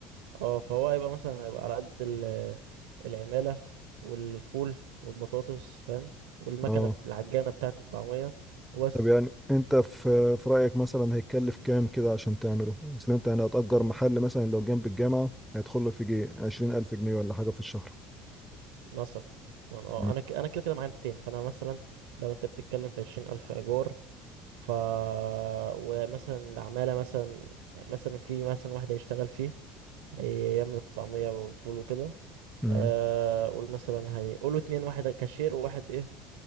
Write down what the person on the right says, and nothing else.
اه فهو هيبقى مثلا هيبقى على قد ال- العمالة والفول والبطاطس فاهم والمكنة
العجانة بتاعة الطعمية وبس
مثلا اه
انا ك... انا كده كده معايا 200 فانا مثلا لو انت بتتكلم في 20000 ايجار ف ومثلا العمالة مثلا مثلا في مثلا واحد هيشتغل فيه هيعمل الطعمية والفول وكده
آه، قول مثلا هي قولوا اتنين واحد كاشير وواحد ايه